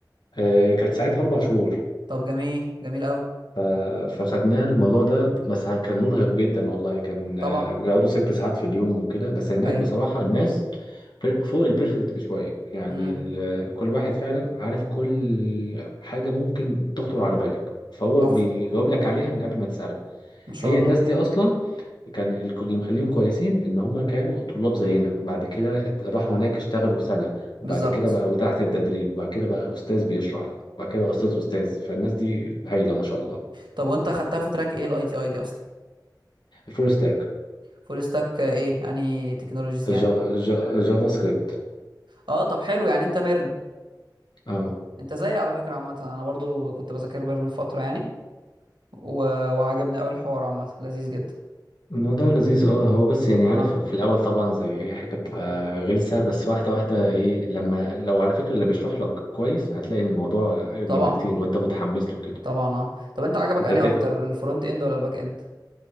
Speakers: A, on the left (about 75°); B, on the right (about 80°).
A: آه كانت ساعتها اربع شهور
B: طب جميل جميل قوي
A: ف- فخدناه الموضوع ده بس كان مرهق جدا والله كان
B: طبعا
A: آه، بيقعدوا ست ساعات في اليوم وكده بس هناك
B: ايوه
A: بصراحة الناس بير- فوق البيرفكت بشوية يعني
B: امم
A: ال- كل واحد فعلا عارف كل حاجة ممكن تخطر على بالك فهو
B: تحفه
A: بيجاوب لك عليها من قبل ما تسألها
B: ما شاء
A: هي
B: الله
A: الناس دي أصلا كان ال- اللي مخليهم كويسين ان هم كانوا طلاب زينا وبعد كده ات- راحوا هناك اشتغلوا سنة وبعد
B: بالظبط
A: كده بقوا تحت التدريب وبعد كده بقى استاذ بيشرح وبعد كده بقى استاذ استاذ فالناس دي هايلة ما شاء الله
B: طب وانت اخدتها في تراك ايه الاي تي اي دي اصلا
A: فول ستاك
B: فول ستاك ايه يعني تكنولوجيز يعني
A: جا- جا- جافا سكريبت
B: اه طب حلو يعني انت ميرن
A: اه
B: انت زيي على فكره عامه انا برضو كنت بذاكر ميرن في فتره يعني و... وعجبني قوي الحوار عامه لذيذ جدا
A: الموضوع لذيذ اه هو بس يعني
B: اه
A: عارف في الاول طبعا زي اي حاجه بتبقى غلسه بس واحده واحده ايه لما لو على فكره اللي بيشرح لك كويس هتلاقي الموضوع اجمل
B: طبعا
A: بكتير وانت متحمس له كده
B: طبعا اه طب انت عجبك
A: انت
B: انهي
A: تفهم
B: اكتر الفرونت اند ولا الباك اند